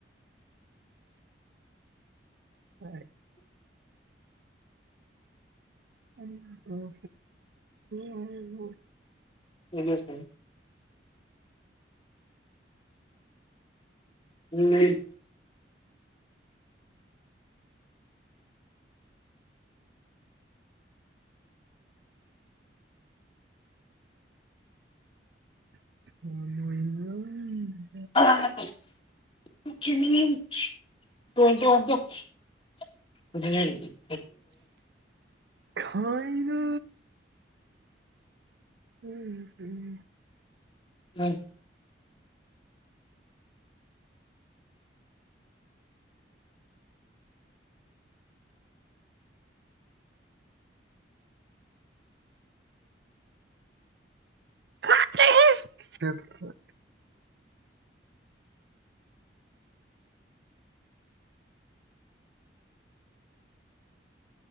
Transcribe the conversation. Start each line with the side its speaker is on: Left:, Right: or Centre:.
Right: ꯍ ꯑꯩ ꯀꯗ ꯍꯥꯏꯕ
Left: ꯁꯦ ꯎꯝ
Right: ꯍ ꯏ
Left: ꯑ ꯇꯇ ꯑꯣꯇ
Right: ꯈꯥꯏꯅ ꯎꯝꯝ
Left: ꯎꯝ
Right: <inaudible>